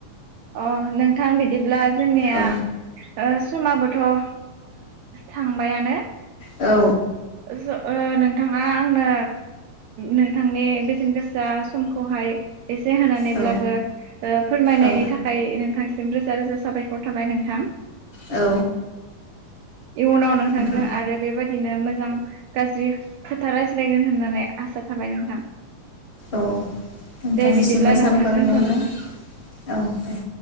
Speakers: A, on the right (about 85°); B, on the left (about 55°).
A: अ नोंथां बिदिब्ला जोंनिया
B: औ
A: ओ समाबोथ' ओ थांबायानो
B: औ
A: जो ओ नोंथाङा आंनो नोंथांनि बेसेन गोसा समखौहाय एसे होनानैब्लाबो
B: औ
A: ओ फोरमायनायनि
B: औ
A: थाखाय नोंथां सिम रोजा रोजा साबायखर थाबाय नोंथां
B: औ
A: इयुनाव नोंथांजों
B: नोंथां
A: आरो बेबायदि बिदिनो मोजां गाज्रि खोथा रायज्लायगोन होननानै आसा थाबाय नोंथां
B: औ नोंथांसिमबो
A: दे बिदिब्ला
B: साबायखर
A: नोंथां दोनथ'नोसै।
B: बावहरबाय औ दे